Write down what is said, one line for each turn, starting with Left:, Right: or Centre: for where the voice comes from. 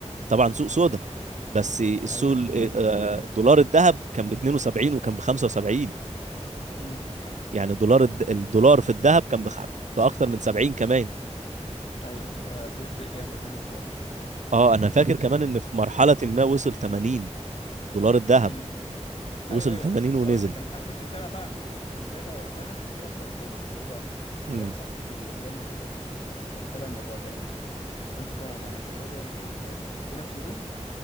Right: طبعا سوق سودا بس السوق
Left: ايوه
Right: ال- آه، دولار الذهب كان ب 72 وكان ب 75
Left: امم
Right: يعني دولار الد- الدولار في الذهب كان بخ- بأكتر من 70 كمان
Left: ايوه ده بيفرق جامد هنا في السعر المحلي
Right: اه انا فاكر كمان ان في مرحلة ما وصل 80 دولار الذهب
Left: امم
Right: وصل
Left: ايوه ايوه
Right: 80 ونزل
Left: هقول لك انا انا كنت متابع بقى كنت متابع وقتها كنت متابع سعر الدولار ليه بقى
Right: امم
Left: كان لي واحد صاحبي بي... بيعمل كده كان يعني كان متابع الموضوع جامد فكنت متابع معاه كان هو بيعمل ايه يعني جينا في يوم